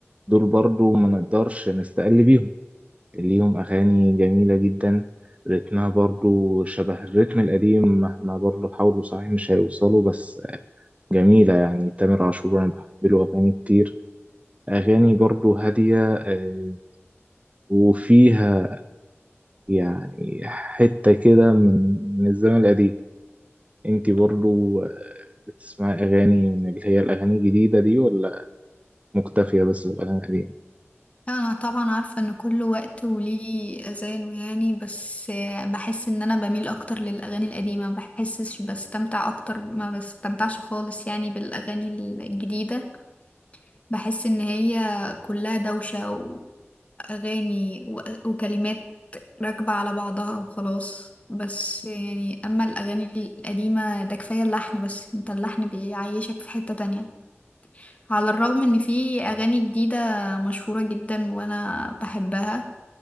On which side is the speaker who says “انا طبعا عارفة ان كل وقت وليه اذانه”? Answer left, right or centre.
Left